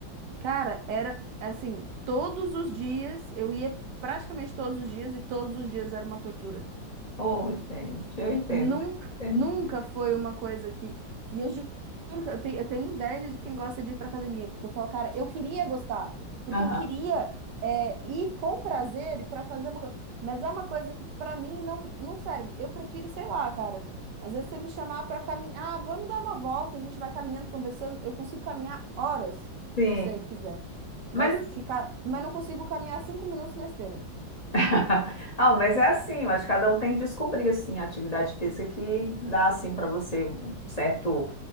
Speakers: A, on the right; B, on the left.
A: Cara, era assim, todos os dias, eu ia praticamente todos os dias e todos os dias era uma tortura.
B: Oh, gente, eu entendo,
A: Nunca,
B: mas eu entendo.
A: nunca foi uma coisa que. E eu ju- juro que eu tenho, eu tenho inveja de quem gosta de ir pra academia, porque eu falo, cara, eu queria gostar, porque
B: Aham.
A: eu queria é, ir com prazer pra fazer uma coisa. Mas é uma coisa que pra mim não, não serve. Eu prefiro, sei lá, cara. Às vezes você me chamar pra caminhar, ah, vamos dar uma volta, a gente vai caminhando, conversando. Eu consigo caminhar horas,
B: Sim.
A: se você quiser. Mas
B: Mas
A: ficar, mas não consigo caminhar cinco minutos na esteira.
B: <laughs> Ah, mas é assim, eu acho que cada um tem que descobrir assim a atividade física que dá assim para você um certo